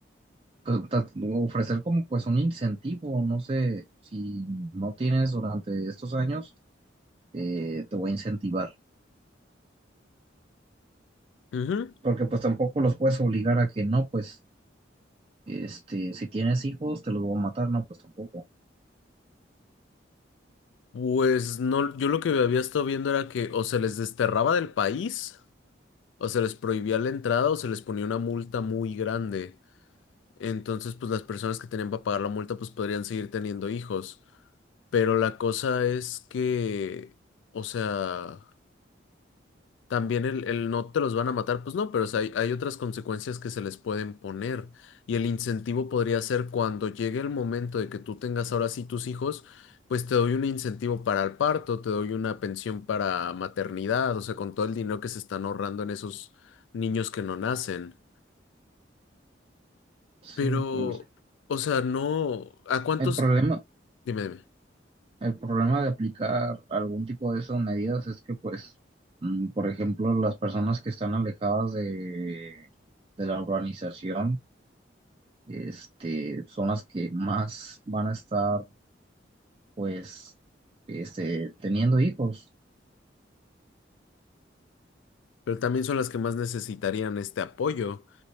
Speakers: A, on the right (about 30°); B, on the left (about 80°).
A: pues, ta- ofrecer como pues un incentivo, no sé, si no tienes durante estos años, eh, te voy a incentivar.
B: Ujú.
A: Porque pues tampoco los puedes obligar a que no, pues Este, si tienes hijos, te los voy a matar, no, pues tampoco.
B: Pues no, yo lo que había estado viendo era que o se les desterraba del país, o se les prohibía la entrada, o se les ponía una multa muy grande. Entonces, pues las personas que tenían para pagar la multa, pues podrían seguir teniendo hijos. Pero la cosa es que, o sea, también el, el no te los van a matar, pues no, pero o sea, hay, hay otras consecuencias que se les pueden poner. Y el incentivo podría ser cuando llegue el momento de que tú tengas ahora sí tus hijos, pues te doy un incentivo para el parto, te doy una pensión para maternidad, o sea, con todo el dinero que se están ahorrando en esos niños que no nacen.
A: Sí,
B: Pero,
A: pues
B: o sea, no, ¿a cuántos?
A: el problema,
B: Dime, dime.
A: el problema de aplicar algún tipo de esas medidas es que, pues, mm, por ejemplo, las personas que están alejadas de, de la urbanización, este, son las que más van a estar, pues, este, teniendo hijos.
B: Pero también son las que más necesitarían este apoyo.